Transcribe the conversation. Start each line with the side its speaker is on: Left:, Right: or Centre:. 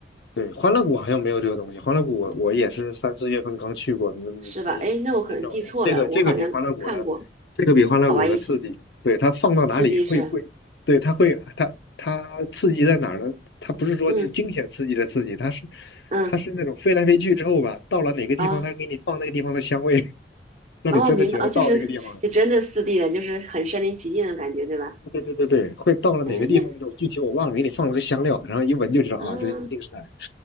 Left: 对，欢乐谷好像没有这个东西。欢乐谷我我也是三四月份刚去过，没没没这玩意儿。
Right: 是吧？哎，那我可能记错了，
Left: 这个这个比欢乐谷的，
Right: 我好像看看过，
Left: 这个比欢乐谷的刺激。
Right: 好玩一些，
Left: 对，它放到哪里会会，
Right: 刺激是吧？
Left: 对，它会它它刺激在哪儿呢？它不是说就是惊险刺激的刺激，
Right: 嗯
Left: 它是
Right: 嗯，
Left: 它是那种飞来飞去之后吧，到了哪个地方，
Right: 哦
Left: 它给你放那个地方的香味，<laughs> 让你真的觉得到这个地方了。
Right: 哦，明白哦，就是就真的四 D 的，就是很身临其境的感觉，对吧？
Left: 对对对对，会到了哪个地方那种，
Right: 哎，那
Left: 具体我忘了，给你放了个香料，然后一闻就知道啊，
Right: 嗯。
Left: 这一定是那儿。
Right: 啊